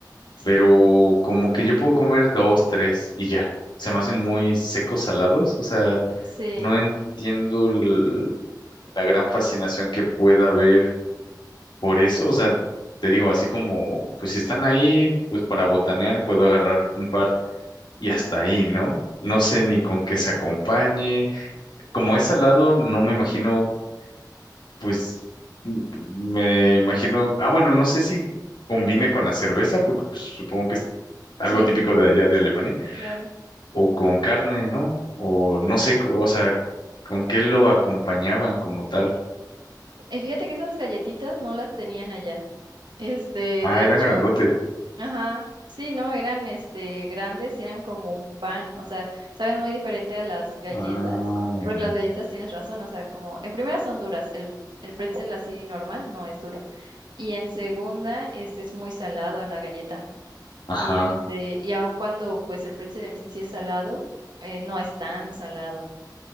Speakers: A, on the right; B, on the left.
A: sí,
B: pero como que yo puedo comer dos, tres y ya. Se me hacen muy secos, salados, o sea,
A: sí,
B: no entiendo el- la gran fascinación que pueda haber por eso, o sea, te digo, así como, pues si están ahí, pues para botanear puedo agarrar un par y hasta ahí, ¿no? No sé ni con qué se acompañe. Como es salado, no me imagino pues m- me imagino, ah, bueno, no sé si combine con la cerveza, porque pues, supongo que es algo
A: sí,
B: típico de allá de Alemania,
A: claro.
B: o con carne, ¿no? O no sé, co- o sea, ¿con qué lo acompañaban como tal?
A: Y fíjate que esas galletitas no las tenían allá. Este,
B: Ah,
A: de
B: eran
A: hecho,
B: grandotes.
A: ajá, sí, no, eran este grandes y eran como un pan. O sea, saben muy diferente a las galletas,
B: Ah,
A: porque
B: ya.
A: las galletas tienes razón. O sea, como en primera son duras, el, el pretzel así normal no es duro. Y en segunda, este es muy salado la galleta.
B: Ajá.
A: Y este, y aun cuando pues el pretzel en sí sí es salado, eh, no es tan salado.